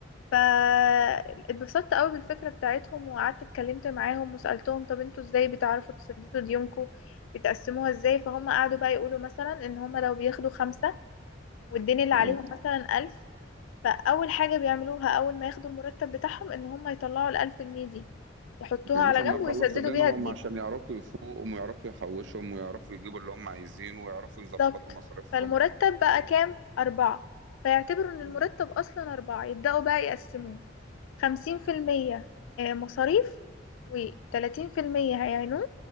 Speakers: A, on the left (about 85°); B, on the right (about 70°).
A: فاتبسطت قوي بالفكره بتاعتهم وقعدت اتكلمت معاهم وسالتهم طب انتوا ازاي بتعرفوا تسددوا ديونكم بتقسموها ازاي فهم قعدوا بقى يقولوا مثلا ان هم لو بياخدوا خمسة والدين اللي عليهم
B: م.
A: مثلا ألف فأول حاجة بيعملوها أول ما ياخدوا المرتب بتاعهم إن هم يطلعوا الألف جنيه دي يحطوها
B: لسه
A: على
B: ما
A: جنب
B: يخلصوا
A: ويسددوا
B: دينهم
A: بيها جديد
B: عشان يعرفوا يفوقهم ويعرفوا يحوشهم ويعرفوا يجيبوا اللي هم عايزينه ويعرفوا
A: بالظبط
B: يظبطوا مصاريفهم
A: فالمرتب بقى كام؟ أربعة فيعتبروا إن
B: مم.
A: المرتب أصلا أربعة يبدأوا بقى يقسموه خمسين في المية آه، مصاريف وتلاتين في المية هيعينوه